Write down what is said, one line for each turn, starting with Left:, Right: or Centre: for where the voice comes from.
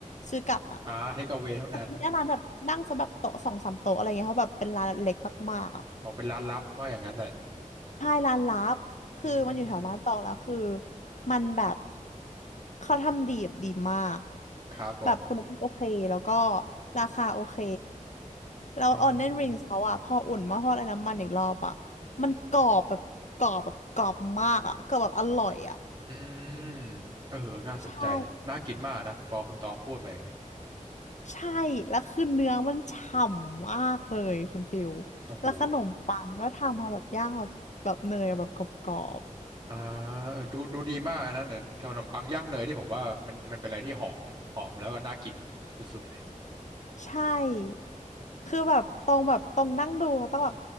Left: ซื้อกลับอ่ะ
Right: อ่าเทคเอา a วเท่านั้น
Left: อันนี้หน้าร้านแบบนั่งซะแบบโต๊ะสองสามโต๊ะอะไรเงี้ยเพราะแบบเป็นร้านเล็กมากๆอ่ะ
Right: ผมเป็นร้านลับว่าอย่างนั้นแหละ
Left: ใช่ร้านลับคือมันอยู่แถวบ้านตองแล้วคือ
Right: อืม
Left: มันแบบเขาทำดีแบบดีมาก
Right: ครับผม
Left: แบบคุณภาพโอเคแล้วก็ราคาโอเคแล้วออนเนนริงเขาอะพออุ่นหมาทอดไอ้น้ำมันอีกรอบอะ
Right: อืม
Left: มันกรอบแบบกรอบแบบกรอบมากอะกรอบแบบอร่อยอะ
Right: อืมเออเออน่าสนใจน่ากินมากนะ
Left: ใช่
Right: พอคุณตองพูดมาอย่างนี้
Left: ใช่แล้วคือเนื้อมันฉ่ำมากเลยคุณฟิลแล้วขนมปังก็ทำมาแบบย่างแบบแบบเนยแบบกรอบ
Right: โอ้โหอ่าเออดูดูดีมากนะเนี่ยขนมปังย่างเนยที่ผมว่ามันมันเป็นอะไรที่หอม หอมแล้วก็น่ากินสุดๆเลย
Left: ใช่ คือแบบตรงแบบตรงนั่งดูแล้วต้องแบบ